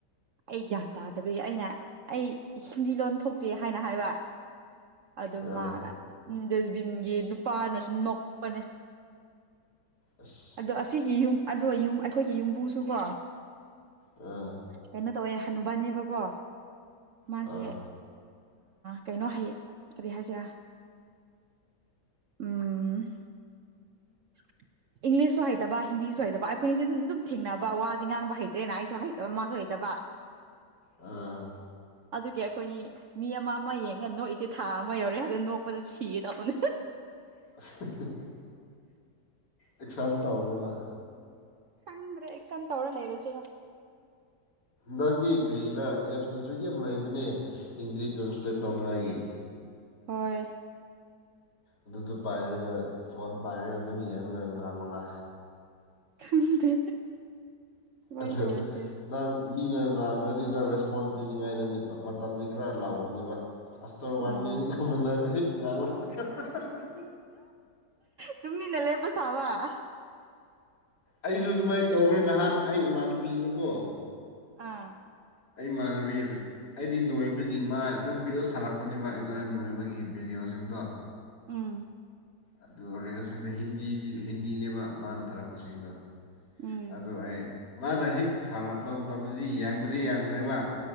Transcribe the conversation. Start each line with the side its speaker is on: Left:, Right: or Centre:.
Right: ꯑꯩ ꯒ꯭ꯌꯥꯟ ꯇꯥꯗꯕꯒꯤ ꯑꯩꯅ ꯑꯩ ꯍꯤꯟꯗꯤ ꯂꯣꯟ ꯊꯣꯛꯇꯦ ꯍꯥꯏꯅ ꯍꯥꯏꯕ ꯑꯗꯨ
Left: ꯑꯥ
Right: ꯃꯥ ꯗꯁꯕꯤꯟꯒꯤ ꯅꯨꯄꯥꯅꯁꯨ ꯅꯣꯛꯄꯅꯦ
Left: ꯑꯁ
Right: ꯑꯗꯣ ꯑꯁꯤꯒꯤ ꯌꯨꯝ ꯑꯗꯣ ꯑꯩꯈꯣꯏꯒꯤ ꯌꯨꯝꯕꯨꯁꯨ ꯀꯣ
Left: ꯑꯥ
Right: ꯀꯩꯅꯣ ꯇꯧꯋꯦ ꯍꯅꯨꯕꯥꯅꯦꯕꯀꯣ ꯃꯥꯁꯦ
Left: ꯑꯥ
Right: ꯀꯩꯅꯣ ꯍꯌꯦꯡ ꯀꯔꯤ ꯍꯥꯏꯁꯤꯔꯥ ꯎꯝ <inaudible> ꯏꯪꯂꯤꯁꯁꯨ ꯍꯩꯇꯕ ꯍꯤꯟꯗꯤꯁꯨ ꯍꯩꯇꯕ ꯑꯩꯈꯣꯏꯅꯤꯁꯦ ꯑꯗꯨꯝ ꯑꯗꯨꯝ ꯊꯦꯡꯅꯕ ꯋꯥꯗꯤ ꯉꯥꯡꯕ ꯍꯩꯇ꯭ꯔꯦꯅ ꯑꯩꯁꯨ ꯍꯩꯇꯕ ꯃꯥꯁꯨ ꯍꯩꯇꯕ <inaudible>
Left: ꯑꯥ
Right: ꯑꯗꯨꯒꯤ ꯑꯩꯈꯣꯏꯅꯤ ꯃꯤ ꯑꯃ ꯑꯃ ꯌꯦꯡꯒ ꯅꯣꯛꯏꯁꯦ ꯊꯥ ꯑꯃ ꯌꯧꯔꯦ ꯑꯗꯨꯅ ꯅꯣꯛꯄꯗ ꯁꯤꯒꯦ ꯇꯧꯕꯅꯦ
Left: <unintelligible> ꯑꯦꯛꯁꯥꯥꯡ ꯇꯧꯔꯣꯅ
Right: ꯍꯪꯗ꯭ꯔꯦ ꯑꯦꯛꯁꯟ ꯇꯧꯔ ꯂꯩꯔꯣꯁꯤꯦꯅ
Left: ꯅꯪꯗꯤ ꯀ꯭ꯔꯤꯔꯥ ꯑꯦꯞꯁꯇꯨꯁꯨꯛ ꯌꯥꯝ ꯂꯩꯕꯅꯦ ꯍꯤꯟꯗꯤ ꯇ꯭ꯔꯥꯟꯁꯂꯦꯠ ꯇꯧꯅꯤꯡꯉꯥꯏꯒꯤ
Right: ꯍꯣꯏ
Left: ꯑꯗꯨꯗꯨ ꯄꯥꯏꯔꯒ ꯐꯣꯟ ꯄꯥꯏꯔꯒ ꯑꯗꯨꯝ ꯌꯦꯡꯉꯒ ꯉꯥꯡꯕꯅ
Right: ꯈꯪꯗꯦ ꯑꯗꯨꯃꯥꯏꯅ
Left: ꯑꯗꯨ
Right: ꯇꯧꯔꯁꯤꯔ
Left: ꯅꯪ ꯃꯤꯅ ꯉꯥꯡꯉꯗꯤꯗ ꯔꯦꯁꯄꯣꯟ ꯄꯤꯅꯤꯡꯉꯥꯏꯗ ꯃꯇꯝꯗꯤ ꯈꯔ ꯂꯥꯎꯅꯦꯕ ꯑꯁ ꯇꯧꯔ ꯋꯥ
Right: ꯑꯣ
Left: <unintelligible>
Right: ꯇꯨꯃꯤꯅ ꯂꯦꯞꯄ ꯊꯥꯕ ꯁꯕ
Left: ꯑꯩꯁꯨ ꯑꯗꯨꯃꯥꯏꯅ ꯇꯧꯕ꯭ꯔꯦ ꯅꯍꯥꯟ ꯑꯩ ꯏꯃꯥꯟꯅꯕꯤꯅꯀꯣ
Right: ꯑꯥ
Left: ꯑꯩ ꯃꯥꯅ <unintelligible> ꯑꯩꯗꯤ ꯅꯣꯏꯕꯒꯤ ꯃꯥ ꯑꯗꯨꯝ ꯔꯤꯜꯁ ꯊꯥꯔꯛꯄꯅꯦꯕ ꯑꯩꯉꯣꯟꯗ ꯅꯣꯏꯕꯒꯤ ꯚꯤꯗꯤꯑꯣꯁꯤꯡꯗꯣ
Right: ꯎꯝ
Left: ꯑꯗꯨ ꯔꯤꯜꯁꯤꯡꯗꯣ ꯍꯤꯟꯗꯤꯗꯤ ꯍꯤꯟꯗꯤꯅꯦꯕ ꯃꯥꯅ ꯊꯥꯔꯛꯄꯁꯤꯡꯗꯣ
Right: ꯎꯝ
Left: ꯑꯗꯨ ꯑꯩ ꯃꯥꯅ ꯍꯦꯛ ꯊꯥꯔꯛꯄ ꯃꯇꯝꯗꯗꯤ ꯌꯥꯡꯕꯗꯤ ꯌꯥꯡꯈ꯭ꯔꯦꯕ